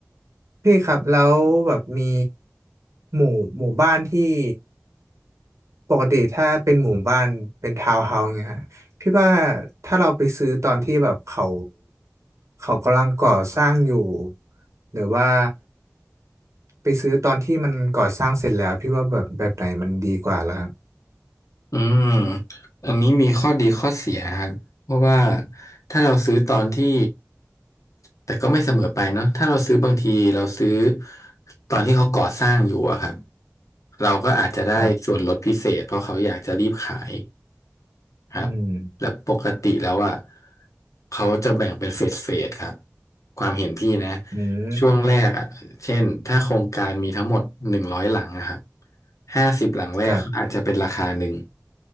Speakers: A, on the right; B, on the left.
A: พี่ครับแล้วแบบมีหมู่หมู่บ้านที่ปกติถ้าเป็นหมู่บ้านเป็นทาวน์เฮาส์เนี่ยฮะพี่ว่าถ้าเราไปซื้อตอนที่แบบเขาเขากำลังก่อสร้างอยู่หรือว่าไปซื้อตอนที่มันก่อสร้างเสร็จแล้วพี่ว่าแบบแบบไหนมันดีกว่าล่ะ
B: อืมอันนี้มีข้อดีข้อเสียครับเพราะว่าถ้าเราซื้อตอนที่แต่ก็ไม่เสมอไปเนาะถ้าเราซื้อบางทีเราซื้อตอนที่เขาก่อสร้างอยู่อะครับเราก็อาจจะได้ส่วนลดพิเศษเพราะเขาอยากจะรีบขาย
A: ครับ
B: ครับ
A: อืม
B: และปกติแล้วอ่ะเขาจะแบ่งเป็นเฟสเฟสครับความเห็นพี่นะ
A: อืม
B: ช่วงแรกอ่ะเช่นถ้าโครงการมีทั้งหมดหนึ่งร้อยหลังนะครับห้าสิบหลังแรกเขาอาจจะเป็นราคาหนึ่ง
A: ครับ